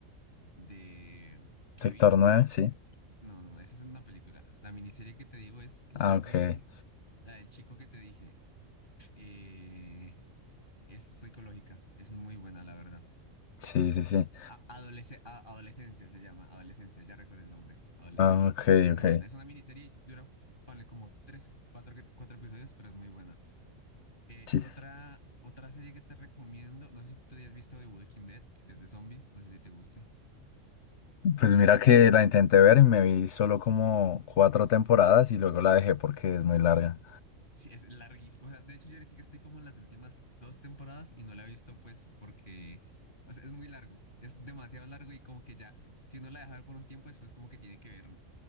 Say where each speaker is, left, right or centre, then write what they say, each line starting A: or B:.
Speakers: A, on the left; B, on the left.
A: de que
B: Sector
A: vi.
B: nueve sí.
A: No, no, esa es una película. La miniserie que te digo es la
B: Ah,
A: de
B: ok.
A: la del chico que te dije. Eh, es psicológica. Es muy buena, la verdad.
B: Sí, sí, sí.
A: A- adolesc- a- adolescencia se llama, adolescencia, ya recuerdo el nombre, adolescencia.
B: Ah, ok,
A: Es muy
B: ok.
A: buena, es una miniserie y dura, ponle como tres, cuatro, que- cuatro episodios, pero es muy buena. Eh,
B: Sí.
A: otra, otra serie que te recomiendo, no sé si tú te hayas visto The Walking Dead, que es de zombies, no sé si te guste.
B: Pues mira que la intenté ver y me vi solo como cuatro temporadas y luego la dejé porque es muy larga.
A: Sí, es larguísimo. O sea, de hecho yo ahorita estoy como en las últimas dos temporadas y no la he visto pues porque, o sea, es muy largo, es demasiado largo y como que ya, si uno la deja ver por un tiempo, después como que tiene que ver